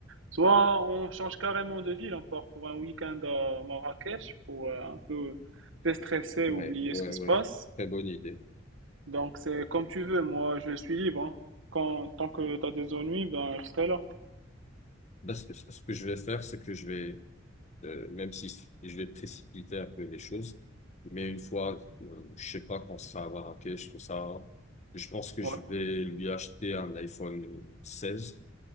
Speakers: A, on the right; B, on the left.
A: Soit on change carrément de ville, on part pour un week-end à Marrakech pour euh, un peu déstresser,
B: Ouais,
A: oublier
B: ouais,
A: ce qui se
B: ouais.
A: passe.
B: Très bonne idée.
A: Donc, c'est comme tu veux. Moi, je suis libre. hein. Quand, tant que tu as des ennuis, ben, je serai là.
B: Bah, ce ce que je vais faire, c'est que je vais, euh, même si je vais précipiter un peu les choses, mais une fois, euh, je sais pas, qu'on sera à Marrakech, tout ça, je pense que
A: Ouais.
B: je vais lui acheter un iPhone 16,